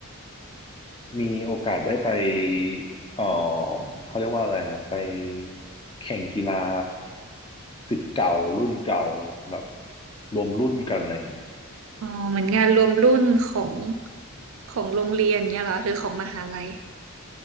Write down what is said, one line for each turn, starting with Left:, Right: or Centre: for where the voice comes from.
Left: มีโอกาสได้ไปเอ่อเขาเรียกว่าอะไรอะไปแข่งกีฬาศิษย์เก่ารุ่นเก่าแบบรวมรุ่นกันอะไรอย่างเงี้ย
Right: อ๋อเหมือนงานรวมรุ่นของของโรงเรียนเงี้ยเหรอหรือของมหาลัย